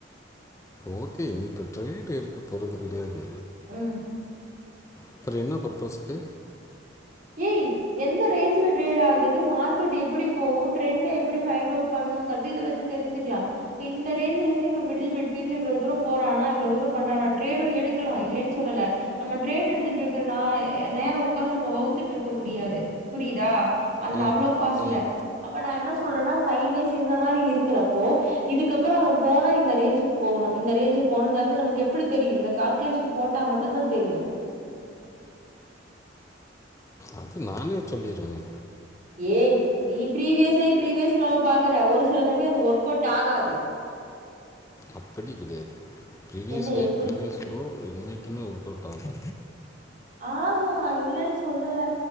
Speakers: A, on the left (about 15°); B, on the right (about 45°).
A: ஓகே நீ இப்ப ட்ரேட் எடுக்க போறது கெடயாது
B: உம்
A: அப்ற என்ன பர்பஸுக்கு
B: ஏய் எந்த ரேஞ்ல ட்ரேட் ஆகுது மார்கெட் எப்பிடி போகூ ட்ரண்ட எப்பிடி ஃபயிண்டவுட் பண்ணுங்றது இத வெச்சு தெரிஞ்சிக்லா பின்ன ரேஞ்சுலந்து இம மிடில் பெட்வின்ல இவ்ளொ தூரோ போறானா இவ்ளொ தூரொ பண்றானா ட்ரேடு எடுக்கலா இல்லெய்ன் சொல்லல நம்ம ட்ரேடு எடுத்துட்ருக்ர நா நேரொ உக்காந்து நம்ம வவுத்துட்ருக்க முடியாது புரியுதா அந்த
A: ம்
B: அவ்ளோ ஃபாஸ்ட்ல
A: ம்
B: அப்ப நா என்ன சொல்றேனா சைட்வேஸ் இந்த மாரி இருக்குறப்போ இதுக்கப்பறொ அவ போனா இந்த ரேஞ்சுக்கு போகணு இந்த ரேஞ்சுக் போகணுங்றது நமெக்கெப்பிடி தெரியு இந்த கால்க்குலேஷன் போட்டா மட்டுந்தா தெரியு
A: அது நானே சொல்லீர்வனே
B: ஏ நீ ப்ரீவியஸை ப்ரீவியஸ்லோவ பாக்கற ஒரு சில சமயொ அது ஒர்கொவுட் ஆகாது
A: அப்படி கிடையாது ப்ரிவியஸ்
B: என்ன
A: ஃகை
B: எப்படி
A: ப்ரீவியஸ் ஃப்ளோ என்னைக்குமே ஒர்கெளவ்ட் ஆகு
B: ஆகு நா இல்லென் சொல்லல